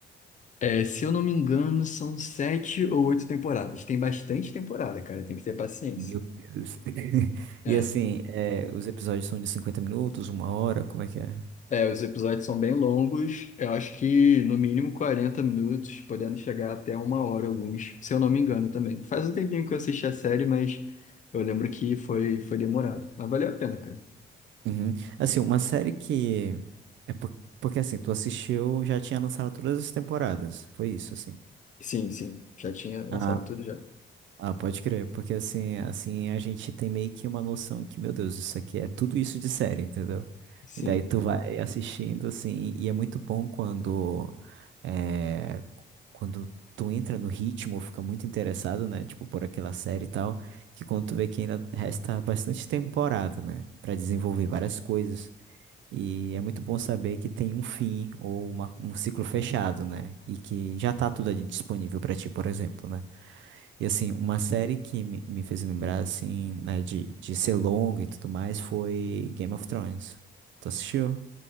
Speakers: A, on the left; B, on the right.
A: É, se eu não me engano, são sete ou oito temporadas. Tem bastante temporada, cara. Tem que ter paciência.
B: Meu Deus. <laughs>
A: É.
B: E assim, é, os episódios são de 50 minutos, uma hora, como é que é?
A: É, os episódios são bem longos. Eu acho que no mínimo 40 minutos, podendo chegar até uma hora alguns, se eu não me engano também. Faz um tempinho que eu assisti a série, mas eu lembro que foi, foi demorado. Mas valeu a pena, cara.
B: Uhum. Assim, uma série que. É por- Porque assim, tu assistiu, já tinha lançado todas as temporadas. Foi isso, assim.
A: Sim, sim. Já tinha lançado
B: Ah,
A: tudo já.
B: ah, pode crer. Porque assim, assim, a gente tem meio que uma noção que, meu Deus, isso aqui é tudo isso de série, entendeu?
A: Sim.
B: E daí tu vai assistindo, assim, e é muito bom quando. É... Quando tu entra no ritmo, fica muito interessado, né? Tipo, por aquela série e tal, que quando tu vê que ainda resta bastante temporada, né? Pra desenvolver várias coisas. E é muito bom saber que tem um fim ou uma- um ciclo fechado, né? E que já tá tudo ali disponível pra ti, por exemplo, né? E assim, uma série que me, me fez lembrar, assim, né, de, de ser longa e tudo mais foi Game of Thrones. Tu assistiu?